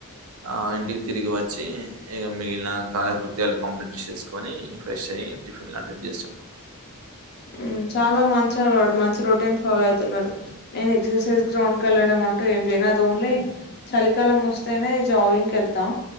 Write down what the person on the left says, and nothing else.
మ్ చాలా మంచి వాడు మంచి రొటీన్ ఫాలో అవుతున్నారు నేను ఎక్సర్సైజ్ గ్రౌండ్ కేళ్ళడం అ ంటు ఏం చేయను అది ఓన్లీ చలికాలం వస్తేనే జాగింగ్కి వెళ్తా